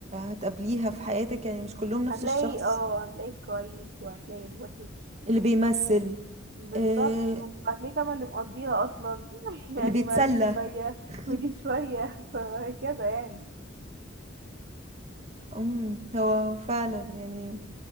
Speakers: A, on the right; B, on the right.
A: هتقابليها في حياتك يعني مش كلهم نفس
B: هتلاقي
A: الشخص
B: اه هتلاقي الكويس وهتلاقي الوحش
A: اللي بيمثل
B: بالظبط
A: آه
B: وهتلاقي طبعا اللي مقضيها اصلا <laughs> يعني
A: اللي بيتسلى
B: ما دي شويه
A: <laughs>
B: ودي شويه <laughs> فهكذا يعني
A: امم هو فعلا يعني